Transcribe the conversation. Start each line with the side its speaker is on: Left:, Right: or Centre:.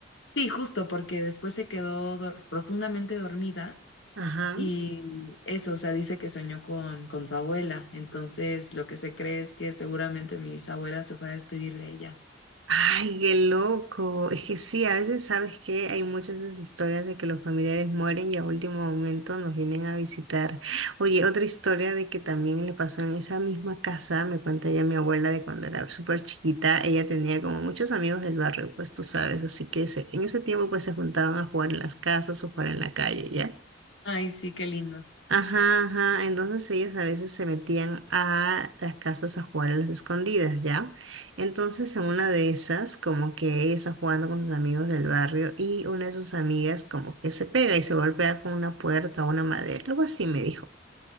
Left: sí, justo porque después se quedó dor- profundamente dormida
Right: Ajá.
Left: Y eso, o sea, dice que soñó con, con su abuela. Entonces, lo que se cree es que seguramente mi bisabuela se fue a despedir de ella.
Right: Ay, qué loco. Es que sí, a veces sabes que hay muchas de esas historias de que los familiares mueren y a último momento nos vienen a visitar. Oye, otra historia de que también le pasó en esa misma casa, me cuenta ya mi abuela de cuando era súper chiquita, ella tenía como muchos amigos del barrio, pues tú sabes, así que se- en ese tiempo pues se juntaban a jugar en las casas o jugar en la calle, ¿ya?
Left: Ay, sí, qué lindo.
Right: Ajá, ajá. Entonces ellos a veces se metían a las casas a jugar a las escondidas, ¿ya? Entonces en una de esas, como que ella está jugando con sus amigos del barrio y una de sus amigas como que se pega y se golpea con una puerta o una madera, algo así me dijo.